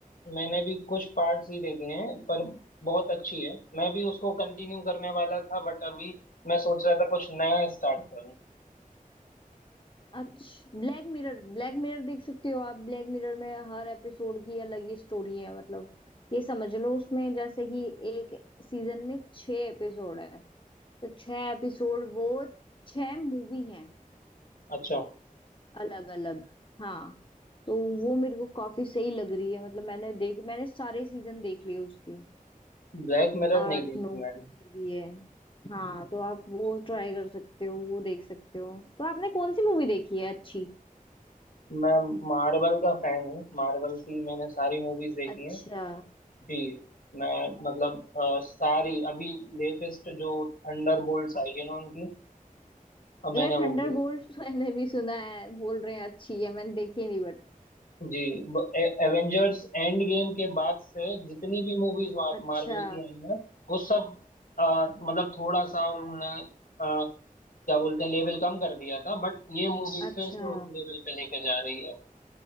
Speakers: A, on the left; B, on the left.
A: मैंने भी कुछ पार्ट्स ही देखे हैं पर बहुत अच्छी है मैं भी उसको कंटिन्यू करने वाला था बट अभी मैं सोच रहा था कुछ नया स्टार्ट करूं
B: अच्छा ब्लैक मिरर ब्लैक मिरर देख सकते हो आप ब्लैक मिरर में हर एपिसोड की अलग ही स्टोरी है मतलब ये समझ लो उसमें जैसे कि एक सीजन में छह एपिसोड है तो छह एपिसोड वो छह मूवी हैं
A: अच्छा
B: अलग अलग हाँ तो वो मेरे को काफी सही लग रही है मतलब मैंने देख मैंने सारे सीजन देख लिए उसके
A: ब्लैक मिरर
B: आठ
A: नहीं देखी
B: नौ
A: मैंने
B: जितने भी है हाँ तो आप वो ट्राई कर सकते हो वो देख सकते हो तो आपने कौन सी मूवी देखी है अच्छी
A: मैं मार्वल का फैन हूँ मार्वल की मैंने सारी मूवीज देखी
B: अच्छा
A: हैं जी मैं मतलब अ, सारी अभी लेटेस्ट जो थंडर बोल्ट्स आई है ना उनकी अ, मैंने
B: यार थंडर
A: वो भी
B: बोल्ट <laughs> मैंने भी सुना है बोल रहे हैं अच्छी है मैंने देखी नहीं बट
A: जी एवेंजर्स एंड गेम के बाद से जितनी भी मूवीज
B: अच्छा
A: मार्वल की आई हैं वो सब अ, मतलब थोड़ा सा उन्होंने अ, क्या बोलते हैं लेवल कम कर दिया था बट ये मूवी
B: अच्छा
A: फिर से उस लेवल पे लेके जा रही है